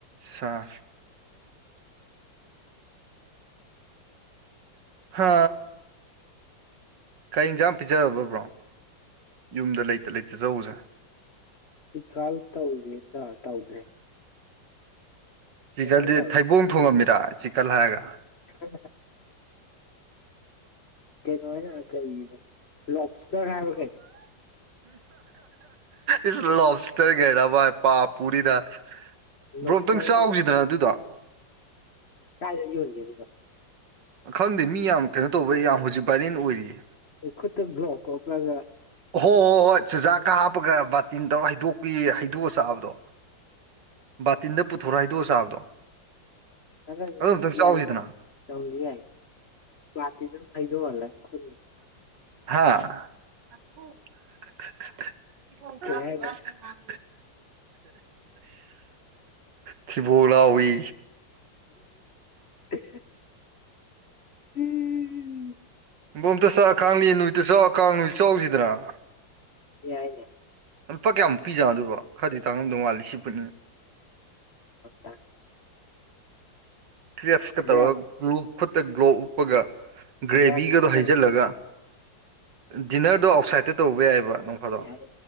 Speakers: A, on the right; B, on the left.
A: ꯁꯥ <inaudible> ꯑ ꯀꯩꯖꯥ ꯄꯤꯖꯥꯕꯄꯔꯣ ꯌꯨꯝꯗ ꯂꯩꯇ ꯂꯩꯇ ꯆꯎꯁꯦ
B: ꯁꯤꯀꯥꯜ ꯇꯧꯖꯦꯟꯗ ꯇꯧꯗ꯭ꯔꯦ
A: ꯆꯤꯛꯀꯜꯗꯤ
B: ꯀꯩꯅꯣ ꯑꯣꯏꯅ ꯇꯧꯔꯦ
A: ꯊꯩꯕꯣꯡ ꯊꯣꯡꯉꯝꯃꯤꯔ ꯆꯤꯛꯀꯜ ꯍꯥꯏꯔꯒ
B: <unintelligible> <inaudible> ꯀꯩꯅꯣ ꯍꯥꯏꯅ ꯀ ꯂꯣꯞ ꯏꯁꯇꯔ ꯍꯥꯏꯕ ꯀꯩꯅꯣ
A: ꯏꯁ ꯂꯣꯇꯔꯒꯦꯔ ꯄꯥ ꯄꯨꯔꯤꯗ ꯕ꯭ꯔꯣ
B: ꯂꯣꯞꯁꯇꯔꯗꯨ
A: ꯑꯝꯇꯪ ꯆꯥꯎꯈꯤꯗꯅ ꯑꯗꯨꯗ
B: ꯀꯥꯏꯗ ꯌꯎꯟ ꯆꯦꯗꯗ
A: ꯈꯪꯗꯦ ꯃꯤ ꯌꯥꯝ ꯀꯩꯅꯣ ꯇꯧꯕ ꯌꯥꯝ ꯍꯧꯖꯤꯛ ꯚꯥꯏꯔꯦꯟ ꯑꯣꯏꯔꯤꯌꯦ
B: ꯑꯩꯈꯣꯏ ꯈꯨꯠꯇ ꯭ꯂꯣꯣꯄꯒ
A: ꯍꯣ ꯍꯣꯏ ꯍꯣꯏ ꯆꯨꯖꯥꯛꯀ ꯍꯥꯞꯄꯒ ꯕꯥꯇꯤꯟ ꯇꯧꯔ ꯍꯩꯗꯣꯛꯄꯤ ꯍꯩꯗꯣꯛꯑ ꯆꯥꯕꯗꯣ ꯕꯥꯇꯤꯟꯗ ꯄꯨꯊꯣꯔꯣ ꯍꯥꯏꯗꯣꯛꯑꯣ ꯆꯥꯕꯗꯣ
B: ꯍꯗ
A: ꯑꯗꯨ ꯑꯝꯇꯪ
B: ꯌꯥꯏ
A: ꯆꯥꯎꯁꯤꯗꯅ
B: ꯇꯧꯖꯤ ꯌꯥꯏ ꯇꯗ ꯐꯥꯏꯗꯣ ꯑꯂ ꯈꯨ
A: ꯍꯥ <inaudible>
B: ꯀꯩ ꯍꯥꯏꯅꯣ
A: ꯑꯊꯤꯕꯣꯂꯑꯣꯏ
B: ꯍ ꯎꯝ ꯎꯝ ꯎꯝꯝ
A: ꯏꯕꯣꯝꯇ ꯁꯥꯛ ꯈꯥꯡꯂꯤ ꯅꯨꯃꯤꯠꯇ ꯆꯥꯎ ꯈꯥꯡ ꯅꯨꯃꯤꯠ ꯆꯥꯎꯁꯤꯗꯅ
B: ꯏꯏꯅꯦ
A: ꯂꯨꯄꯥ ꯀꯌꯥꯃꯨꯛ ꯄꯤꯖꯅ ꯑꯗꯨꯕ ꯈꯔꯗꯤ ꯇꯥꯡꯉꯝꯗꯧ ꯃꯥꯂꯤ ꯁꯤ ꯐꯨꯟꯅꯤꯅꯤ
B: ꯍꯣꯏꯠꯇ
A: ꯀ꯭ꯔꯦꯞꯁꯀ
B: ꯀ꯭ꯔꯦꯕ
A: ꯇꯧꯔꯒ ꯒ꯭ꯂꯨ ꯈꯨꯠꯇ ꯒ꯭ꯂꯣ ꯎꯞꯄꯒ ꯒ꯭ꯔꯦꯚꯤꯒꯗꯣ
B: ꯒ꯭ꯔꯥꯕꯤꯁ
A: ꯍꯩꯖꯤꯜꯂꯒ ꯗꯤꯅꯔꯗꯣ ꯑꯥꯎꯠꯁꯥꯏꯠꯇ ꯇꯧꯕ ꯌꯥꯏꯑꯕ ꯅꯝ ꯐꯥꯗꯣ
B: ꯌꯥꯏ